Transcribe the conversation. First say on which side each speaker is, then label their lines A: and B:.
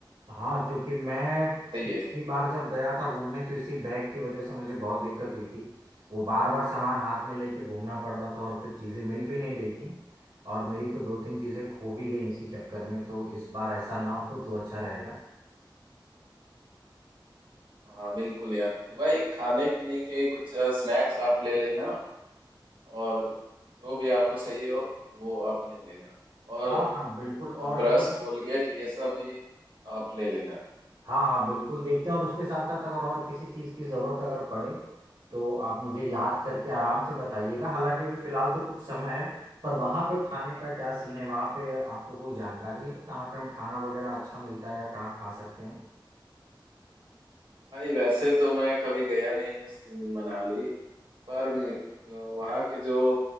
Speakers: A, on the right; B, on the right.
A: हाँ
B: हाँ
A: क्योंकि मैं
B: सही
A: पिछली
B: है
A: बार जब गया था घूमने तो इसी बैग की वजह से मुझे बहुत दिक्कत हुई थी वो बार बार सामान हाथ में लेके घूमना पड़ रहा था और फिर चीज़ें मिल भी नहीं रही थी और मेरी तो दो तीन चीज़ें खो भी गई इसी चक्कर में तो इस बार ऐसा ना हो तो अच्छा रहेगा
B: हाँ बिल्कुल यार तो भाई खाने पीने के कुछ स्नैक्स आप ले लेना और जो भी आपको सही हो वो आप ले लेना और
A: हाँ हाँ बिल्कुल और
B: ब्रश
A: अभी
B: कोलगेट ये सब भी आप ले लेना
A: हाँ हाँ बिल्कुल देखते हैं और उसके साथ साथ अगर और किसी चीज़ की ज़रूरत अगर पड़े तो आप मुझे याद करके आराम से बताइएगा हालांकि अभी फ़िलहाल तो कुछ समय है पर वहाँ पे खाने का क्या सीन है वहाँ पे आपको कोई जानकारी है कहाँ पे हम खाना वगैरह अच्छा मिलता है या कहाँ खा सकते हैं
B: भाई वैसे तो मैं कभी गया नहीं हूँ सिम- मनाली पर म- वहाँ के जो